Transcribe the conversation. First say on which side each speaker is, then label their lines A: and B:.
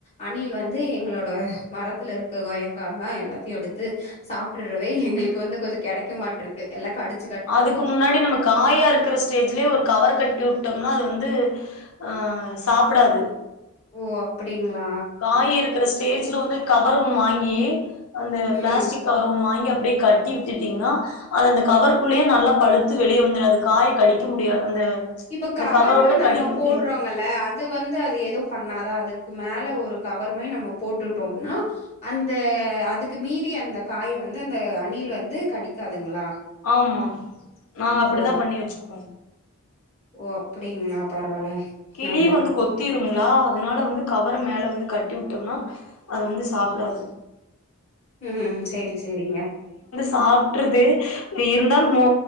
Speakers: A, on the left; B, on the left.
A: அணில் வந்து எங்களோட மரத்துல இருக்க கொயக்காய் எல்லாம் எல்லாத்தையும் எடுத்து சாப்பிட்டுறவே எங்களுக்கு வந்து கொஞ்சோ கெடைக்க மாட்ட இருக்கு எல்லாடு
B: அதுக்கு முன்னாடி நமக்கு ஆயா இருக்கிற ஸ்டேஜ்லயே ஒரு கவவர் கட்டி விட்டோம்னா அது வந்து ஆஹ் சாப்டாது
A: ஓ அப்படிங்களா
B: காய் இருக்கிற ஸ்டேஜ்ல வந்து கவர் ஒண்ணு வாங்கி அந்த
A: ம்
B: பிளாஸ்டிக் கவர் ஒண்ணு வாங்கி அப்படியே கட்டி விச்சட்டீங்கன்னா அது அந்த கவருக்குள்ளேயே நல்லா பழுத்து வெளியே வந்துடும் அது காய கடிக்க முடியாது அந்த
A: இப்ப
B: அந்த
A: கவர்
B: கவரோட
A: நம்ம
B: கடிக்க
A: போடுறோங்கல்ல
B: முடியாது
A: அது வந்து அது எதுவும் பண்ணாதான் அது அதுக்கு மேல ஒரு கவர் மாி நம்ம போட்டுட்டோம்னா அந்த அதுக்கு மீறி அந்த காய வந்து அந்த அணில் வந்து கடிக்காதுங்களா
B: ஆமா நாங்க அப்டிதா
A: ஓ! அப்
B: பண்ணி வச்சுருக்கோ
A: ஓ அப்டிங்களா பரவால்ல
B: கிளி
A: நல்லது.
B: வந்து கொத்திரம ந அதனால வந்து கவர மேல வந்து கட்டி கட்டி விட்டோம்னா அது வந்து சாப்டாது
A: உம் செரி செரிங்க
B: சாப்டறது இருந்தால் ம